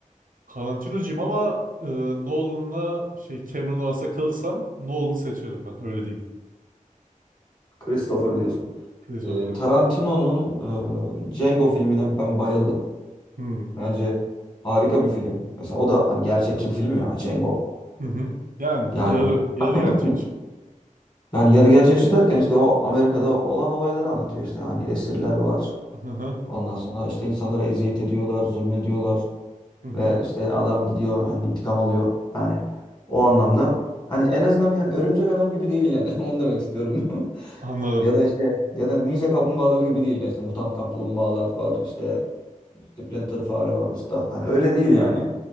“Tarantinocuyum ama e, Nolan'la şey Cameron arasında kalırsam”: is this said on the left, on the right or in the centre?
Right